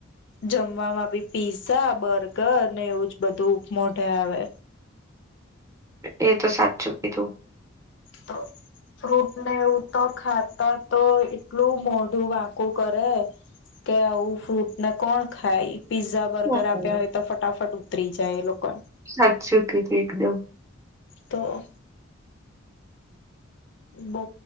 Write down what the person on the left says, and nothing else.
જમવામાં બી પીઝા બર્ગર ને એવું જ બધું ઉપમોઢે આવે.
તો ફ્રૂટને એવું તો ખાતા તો એટલું મોઢું વાંકું કરે કે આવું ફ્રૂટ ને કોણ ખાય. પીઝા બર્ગર
આપ્યા હોય તો ફટાફટ ઉતરી જ. જાય એ લોકોને
તો. બહુ